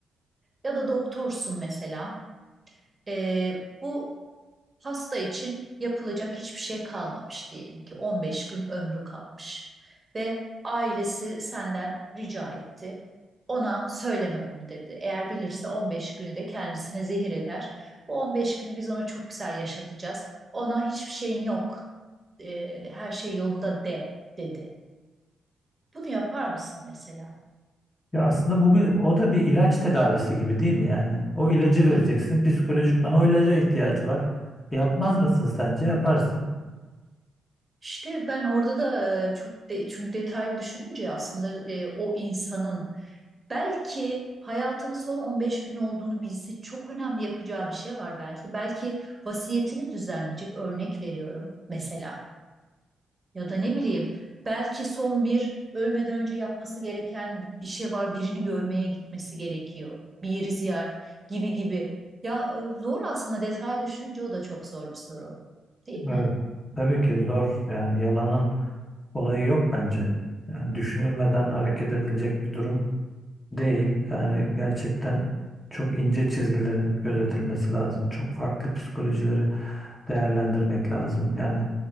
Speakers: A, on the right (about 25°); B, on the left (about 25°).
A: Ya da doktorsun mesela. E, bu Hasta için yapılacak hiçbir şey kalmamış diyelim ki 15 gün ömrü kalmış ve ailesi senden rica etti. Ona söyleme bunu dedi. Eğer bilirse 15 günü de kendisine zehir eder. Bu 15 günü biz ona çok güzel yaşatacağız. Ona hiçbir şeyin yok, e, her şey yolunda de dedi. Bunu yapar mısın mesela?
B: Ya aslında bu bir, o da bir ilaç tedavisi gibi değil mi yani? O ilacı vereceksin.
A: Hı hı,
B: Psikolojikman o ilaca ihtiyacı var. Yapmaz
A: hı hı.
B: mısın sence? Yaparsın.
A: İşte ben orada da e, çok de, çünkü detaylı düşününce aslında e, o insanın Belki hayatının son 15 günü olduğunu bilse çok önemli yapacağı bir şey var belki. Belki vasiyetini düzenleyecek örnek veriyorum mesela. Ya da ne bileyim belki son bir ölmeden önce yapması gereken bi- bir şey var. Birini görmeye gitmesi gerekiyor. Bir yeri ziyaret gibi gibi. Ya e, zor aslında detay düşününce o da çok zor bir soru. Değil mi?
B: Evet. Tabii ki zor. Yani yalanın Olayı yok bence. Yani düşünülmeden hareket edilecek bir durum değil. Yani gerçekten çok ince çizgilerin gözetilmesi lazım. Çok farklı psikolojileri değerlendirmek lazım. Yani